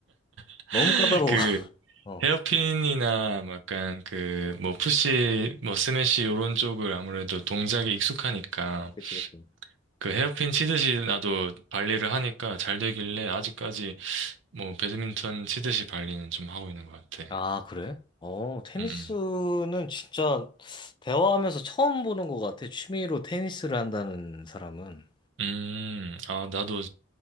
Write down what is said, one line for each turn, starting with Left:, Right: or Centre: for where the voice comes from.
Right: <laughs>
Left: 너무 까다로워.
Right: 그,
Left: <laughs> 어.
Right: 헤어핀이나 뭐 약간 그 뭐 푸시 뭐 스매시 요런 쪽을 아무래도 동작이 익숙하니까
Left: 그치, 그치.
Right: 그 헤어핀 치듯이 나도 발리를 하니까 잘 되길래 아직까지 뭐 배드민턴 치듯이 발리는 좀 하고 있는 것 같아.
Left: 아, 그래? 어, 테니스는
Right: 음.
Left: 진짜 대화하면서 처음 보는 것 같아. 취미로 테니스를 한다는 사람은.
Right: 음. 음. 아, 나도